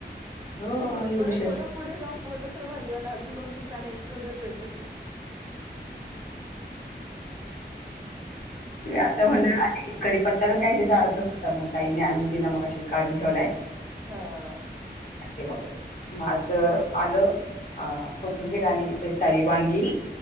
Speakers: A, on the left (about 50°); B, on the right (about 20°).
A: हो एवढीशच
B: परत थोडं पुढे जाऊ.. मग दुसऱ्या भाजीवाला अजून दोन तीन काढ्या एक्स्ट्रा देतोय का..
A: आता भला.. कडीपत्ताच काही दारातच असतता. मग ताईंनी आणून दिला मग अच काढून ठेवलाय.
B: हा..
A: मग माझ
B: हम्म
A: आलं... अं कोथिंबीराणी ताजी वांगी